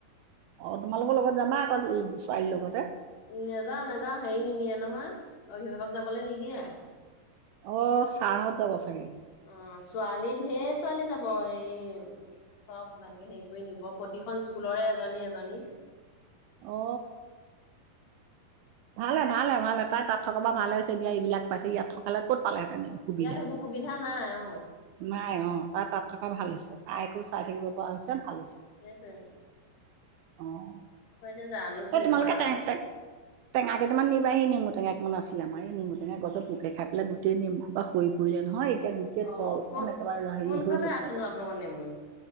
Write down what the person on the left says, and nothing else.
উম নাযাওঁ নাযাওঁ হেৰি নিনিয়ে নহয়, অভিভাৱক যাবলৈ নিদিয়ে।
অঁ, ছোৱালী ঢেৰ ছোৱালী যাব এই চব মানে হেৰি কৰি নিব প্ৰতিখন স্কুলৰে এজনী এজনী।
উম।
ইয়াত সেইবোৰ সুবিধা নাই অ',
সেইটোৱে
মই এতিয়া জানো কি
হয় আৰু।
অ'।
কো
কোনফালে
আছেনো আপোনালোকৰ নেমু